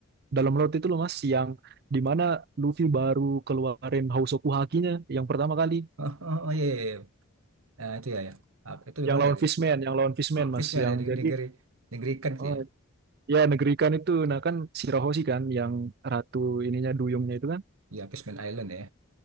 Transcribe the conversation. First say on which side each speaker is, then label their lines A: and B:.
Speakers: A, on the right; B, on the right.
A: dalam laut itu loh Mas yang dimana Luffy baru keluarin Hausoku Hakinya yang pertama kali
B: oh, oh, oh, iya, iya, iya. Nah, itu ya ya Ah, itu
A: yang
B: di mana
A: lawan
B: itu
A: Fishman,
B: ya
A: yang lawan Fishman Mas
B: Fishman
A: yang
B: ya di
A: jadi
B: negeri negeri ikan tuh
A: oh,
B: ya
A: Ya, negeri ikan itu. Nah, kan Shirahoshi kan yang ratu ininya duyungnya itu kan.
B: ya Fishman Island ya